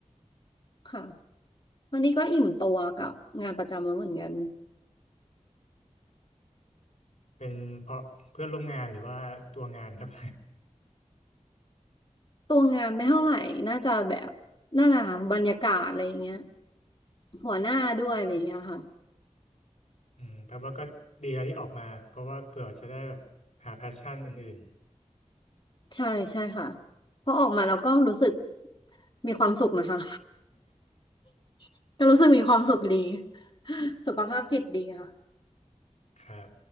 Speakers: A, on the left; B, on the left.
A: ค่ะ วันนี้ก็อิ่มตัวกับงานประจำแล้วเหมือนกัน
B: เป็นเพราะเพื่อนร่วมงานหรือว่าตัวงานครับ
A: ตัวงานไม่เท่าไหร่น่าจะแบบน่าหนาบรรยากาศอะไรอย่างเงี้ยหัวหน้าด้วยอะไรอย่างเงี้ยค่ะ
B: <laughs> อืมแปลว่าก็ดีแล้วที่ออกมาเพราะว่าเผื่อจะได้แบบหาแพชชั่นอื่น
A: ใช่ใช่ค่ะเพราะออกมาแล้วก็รู้สึกมีความสุขนะคะ <laughs> ก็รู้สึกมีความสุขดีสุขภาพจิตดีค่ะ
B: ๆ <laughs> ครับ